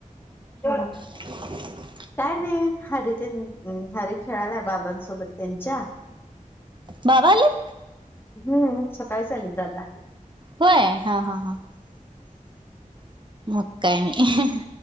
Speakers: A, on the left (about 15°); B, on the right (about 35°).
A: हम <unintelligible>
B: <inaudible>
A: काय नाही हरी ते हरी खेळालाय बाबांसोबत त्यांच्या.
B: बाबा आलेत.
A: हम्म, सकाळी आलेत दादा.
B: होय हा हा हा मग काय नाही,